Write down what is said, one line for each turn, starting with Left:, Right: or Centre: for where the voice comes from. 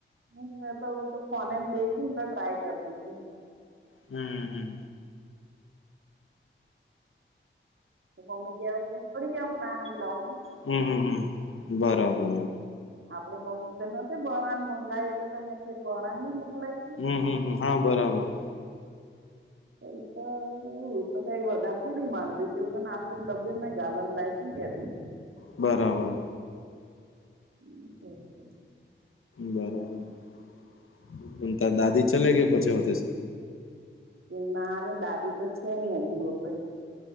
Right: મેં તો તો ફોને દેખ્યું ને તો ટ્રઇ કરતી હતી.
Left: હમ્મ હમ્મ
Right: મમી કેવાય થોડી કે ના ની લાવ ને
Left: હામ હામ હમ્મ બરોબર હો.
Right: આપડે મમ્મી તો નથી બણાન મંગાય તો તમે બણણ નહી મોકલાય
Left: હામ હામ હામ હા બરાબર.
Right: તો ઇ તો હું તો કઈ વધારે થોડી માંગતી <unintelligible> એવું તો નાસ્તાક ડબ્બેમાં ઘાલવાનું લઈ હું કહેતી હતી.
Left: બરાબર.
Right: હમ્મ ઓકે
Left: બરાબર ત દાદી ચલે ગયા પછી હોતે
Right: કે નારે દાદી તો છે <unintelligible>